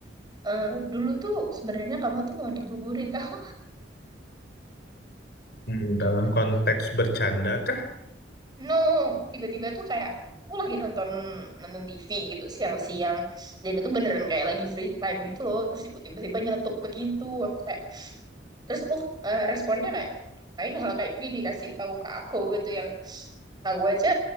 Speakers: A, on the right; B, on the left.
A: "Eh, dulu tuh sebenarnya kamu tuh mau dibuburin tau.
B: Mm, dalam
A: <laughs>
B: konteks bercanda kah?
A: No, tiba-tiba tuh kayak aku lagi nonton nonton TV gitu siang-siang dan itu beneran kayak lagi free time gitu loh terus ibu tiba-tiba nyeletuk begitu aku kayak terus aku eh, responnya kayak lain hal kayak gini dikasih tahu ke aku gitu yang tahu aja